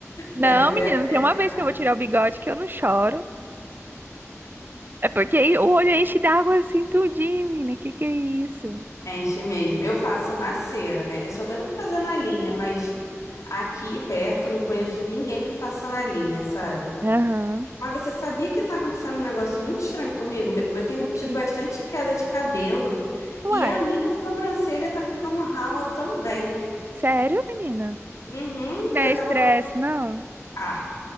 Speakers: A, on the right; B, on the left.
A: Não,
B: deve doer
A: menina,
B: a peça,
A: tem uma vez
B: né?
A: que eu vou tirar o bigode que eu não choro. É porque aí o olho enche d'água assim tudinho, menina, que que é isso?
B: Enche mesmo. Eu faço na cera, né? Eu sou doida pra fazer na linha, mas aqui perto não conheço ninguém que faça na linha, sabe?
A: Aham.
B: Mas você sabia que tá acontecendo um negócio muito estranho comigo? Me- Eu tenho
A: Ok.
B: tido bastante queda de cabelo
A: Uai,
B: e a minha sobrancelha tá ficando rala também.
A: sério, menina?
B: Uhum,
A: Não
B: eu
A: é
B: tava.
A: estresse, não.
B: Ah,